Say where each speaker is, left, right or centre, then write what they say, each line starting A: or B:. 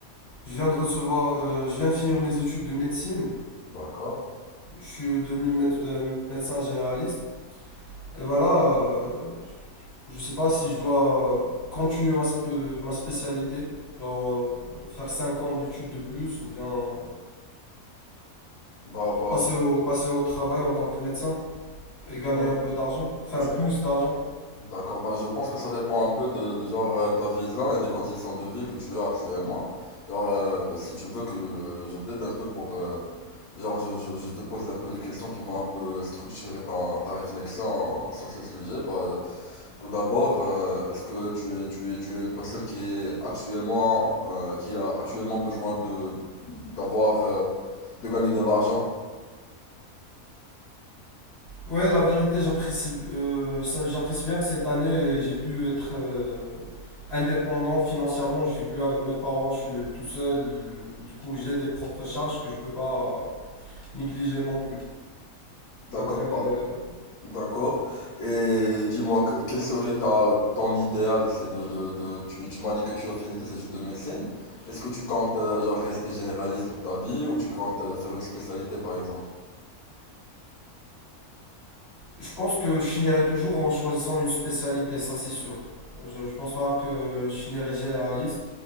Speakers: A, on the left; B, on the left.
A: je viens de recevoir, euh, je viens de finir mes études de médecine.
B: D'accord.
A: je suis devenu méde- euh, médecin généraliste. Et ben là, euh, je sais pas si je dois continuer ma, sp- euh, ma spécialité, genre, euh, faire 5 ans d'études de plus, ou bien euh,
B: Bah bah,
A: passer au, passer au travail en tant que médecin et gagner
B: bah,
A: un peu d'argent, enfin plus
B: je,
A: d'argent.
B: D'accord, bah je pense que ça dépend un peu de, de genre euh, ta vision et des conditions de vie que tu as actuellement. Genre, euh, si tu veux que je t'aide un peu pour... euh, genre, je, je- je te pose un peu de questions qui vont un peu structurer ta, ta réflexion sur ce sujet. Bah, euh, tout d'abord, euh, est-ce que tu es, tu es, tu es une personne qui est actuellement, euh, qui a actuellement besoin de, d'avoir, euh, de gagner de l'argent?
A: Ouais, la vérité, j'apprécie euh, ça- j'apprécie bien que cette année, j'ai pu être euh, indépendant financièrement. Je vis plus avec mes parents, je suis tout seul. Du coup, j'ai des propres charges que je peux pas euh, négliger non plus.
B: D'accord,
A: Donc, euh,
B: bah... D'accord. Et dis-moi, que- quel serait ta, ton idéal? C'est de, de, de- tu, tu m'as dit que tu as fini tes études de médecine. Est-ce que tu comptes euh, genre rester généraliste toute ta vie ou tu comptes euh, faire une spécialité par exemple?
A: je pense que je finirai toujours en choisissant une spécialité, ça c'est sûr. Je, je pense pas que je finirai généraliste,